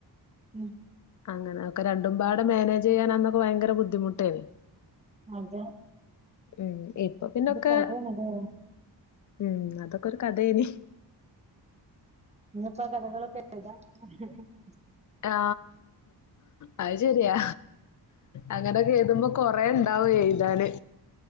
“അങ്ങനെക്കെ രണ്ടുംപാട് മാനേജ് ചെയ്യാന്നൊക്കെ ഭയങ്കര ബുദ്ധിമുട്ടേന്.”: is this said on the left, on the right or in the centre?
Left